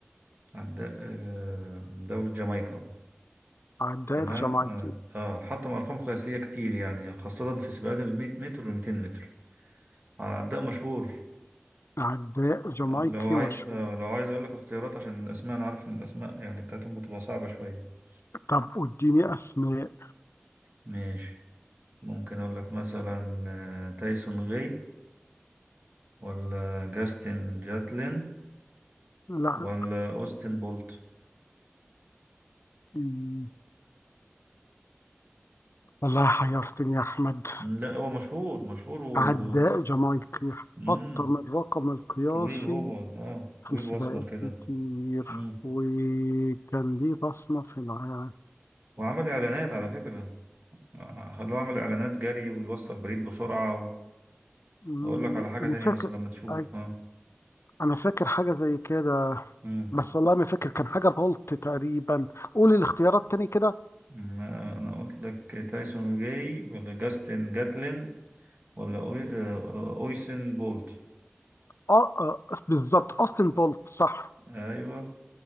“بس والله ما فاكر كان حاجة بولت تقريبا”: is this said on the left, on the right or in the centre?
Left